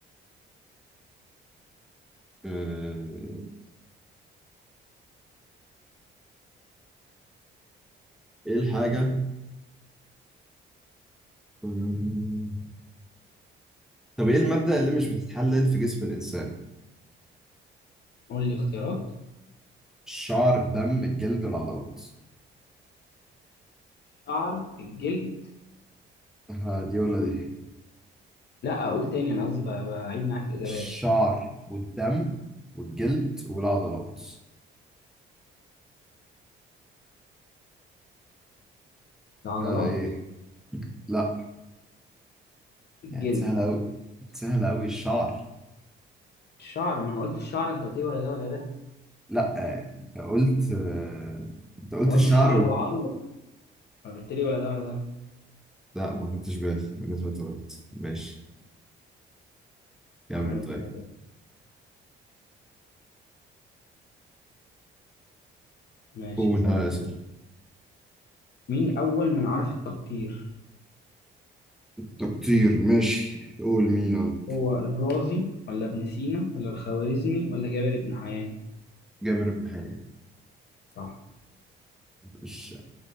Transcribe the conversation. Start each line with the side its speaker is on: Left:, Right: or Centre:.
Centre: آه ايه الحاجة مم. طب ايه المادة اللي مش بتتحلل في جسم الإنسان؟
Left: قول لي اختيارات
Centre: الشعر الدم الجلد والعضلات
Left: الشعر الجلد
Centre: ها دي ولا
Left: قول
Centre: دي؟
Left: لا أقول تاني أنا قصدي ب- بعيد معاك الإجابات
Centre: الشعر والدم والجلد والعضلات
Left: العضلات
Centre: ها ايه؟ لا
Left: الجلد
Centre: يعني سهلة أوي سهلة أوي الشعر
Left: الشعر ما أنا قلت الشعر أنت قلت لي ولا ده ولا ده
Centre: لا آه، انت قلت آه، انت قلت
Left: ما قلت
Centre: الشعر
Left: الشعر
Centre: وال...
Left: والعظم قلت لي ولا ده ولا ده
Centre: لا ما خدتش بالي انا سمعت غلط ماشي كمل
Left: عادي
Centre: طيب
Left: عادي ماشي
Centre: قولها
Left: هسألك
Centre: اسف
Left: أنا مين أول من عرف التقطير
Centre: تقطير ماشي قول ميلان
Left: هو الرازي ولا ابن سينا ولا الخوارزمي ولا جابر بن حيان
Centre: جابر بن حيان
Left: صح
Centre: مش